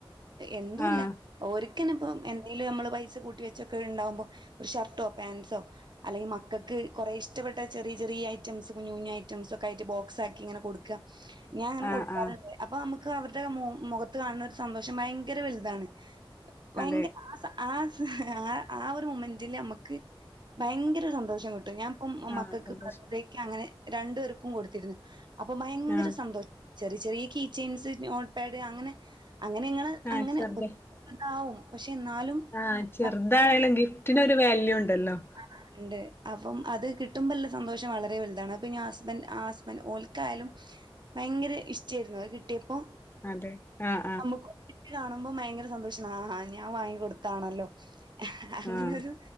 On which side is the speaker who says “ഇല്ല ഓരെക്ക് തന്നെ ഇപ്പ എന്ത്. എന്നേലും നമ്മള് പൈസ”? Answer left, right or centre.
Right